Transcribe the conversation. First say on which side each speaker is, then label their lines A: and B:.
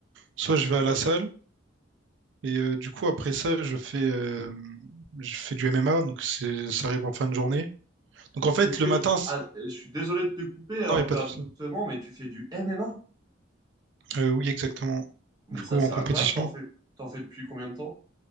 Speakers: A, on the right (about 65°); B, on the right (about 20°).
A: soit je vais à la salle. Et euh, du coup, après ça, je fais, euh, je fais du MMA. Donc, c'est, ça arrive en fin de journée. Donc, en fait,
B: Tu fais,
A: le matin,
B: ah, euh, je suis désolé de te couper
A: Non,
B: un
A: il n'y
B: peu
A: a pas de
B: abruptement,
A: souci.
B: mais tu fais du MMA.
A: Euh, oui, exactement.
B: Mais
A: Du coup,
B: ça, c'est
A: en compétition,
B: incroyable. T'en fais, t'en fais depuis combien de temps?